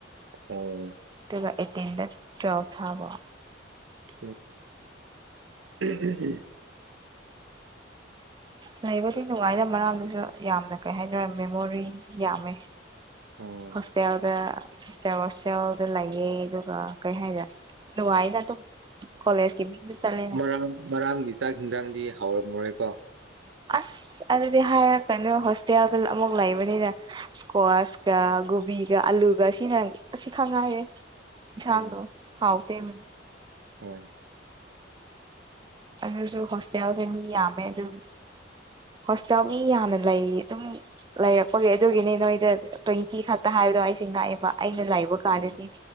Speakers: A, on the right; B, on the right.
A: ꯑꯣ
B: ꯑꯗꯨꯒ ꯑꯦꯇꯤꯟꯗ ꯇꯨꯌꯦꯜꯕ ꯊꯥꯕ
A: ꯀꯦ ꯑꯣꯈꯦ
B: ꯂꯩꯕꯨꯗꯤ ꯅꯨꯡꯉꯥꯏꯅ ꯃꯔꯥꯝꯗꯨꯁꯨ ꯌꯥꯝꯅ ꯀꯩ ꯍꯥꯏꯇꯥꯔꯦ ꯃꯦꯃꯣꯔꯤ ꯌꯥꯝꯃꯦ
A: ꯑꯣ
B: ꯍꯣꯁꯇꯦꯜꯗ ꯁꯤꯁꯇꯔ ꯍꯣꯇꯦꯜꯗ ꯂꯩꯌꯦ ꯑꯗꯨꯒ ꯀꯩ ꯍꯥꯏꯔ ꯅꯨꯡꯉꯥꯏꯅ ꯑꯗꯨꯝ ꯀꯣꯂꯦꯖꯀꯤ ꯃꯤꯡꯗ ꯆꯠꯂꯦꯅ
A: ꯃꯔꯥꯝ ꯃꯔꯥꯝꯒꯤ ꯆꯥꯛ ꯏꯟꯖꯥꯡꯗꯤ ꯍꯥꯎꯔꯝꯃꯔꯣꯏꯀꯣ
B: ꯑꯁ ꯑꯗꯨꯗꯤ ꯍꯥꯏꯔꯛꯀꯅꯨ ꯍꯣꯁꯇꯦꯜꯗ ꯑꯃꯨꯛ ꯂꯩꯕꯅꯤꯅ ꯏꯁꯀ꯭ꯋꯥꯁ__ ꯒꯥ ꯒꯣꯕꯤꯒ ꯑꯂꯨꯒ ꯁꯤꯅ ꯑꯁꯤꯈꯛ ꯉꯥꯏꯌꯦ ꯏꯁꯥꯡꯗꯣ
A: ꯎꯝ
B: ꯍꯥꯎ ꯇꯦꯝ
A: ꯍꯣꯏ
B: ꯑꯗꯨꯁꯨ ꯍꯣꯁꯇꯦꯜꯁꯦ ꯃꯤ ꯌꯥꯝꯃꯦ ꯑꯗꯨꯝ ꯍꯣꯁꯇꯦꯜ ꯃꯤ ꯌꯥꯝꯅ ꯂꯩ ꯑꯗꯨꯝ ꯂꯩꯔꯛꯄꯒꯤ ꯑꯗꯨꯒꯤꯅꯦ ꯅꯣꯏꯗ ꯇ꯭ꯋꯦꯟꯇꯤ ꯈꯛꯇ ꯍꯥꯏꯕꯗꯣ ꯑꯩꯁꯦ ꯉꯥꯛꯑꯦꯕ ꯑꯩꯅ ꯂꯩꯕ ꯀꯥꯟꯗꯗꯤ
A: ꯍꯣꯏ